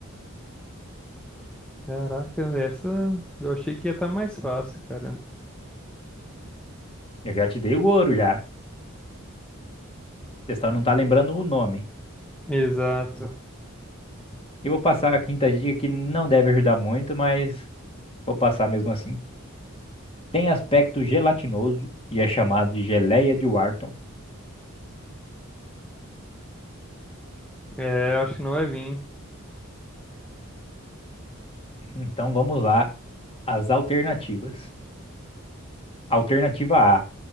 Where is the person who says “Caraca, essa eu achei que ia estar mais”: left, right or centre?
Centre